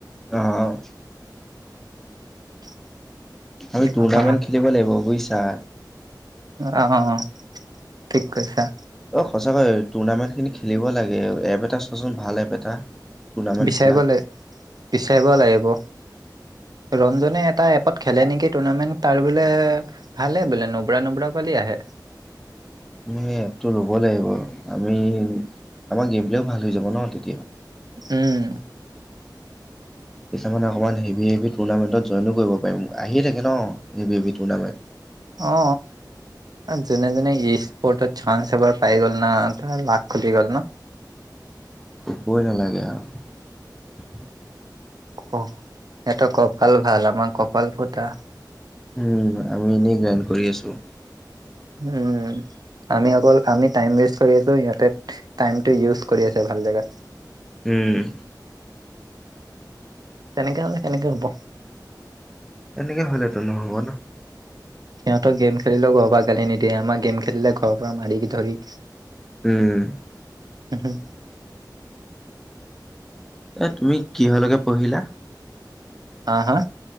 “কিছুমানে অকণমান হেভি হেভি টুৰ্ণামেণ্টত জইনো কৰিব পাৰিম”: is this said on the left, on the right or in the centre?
Centre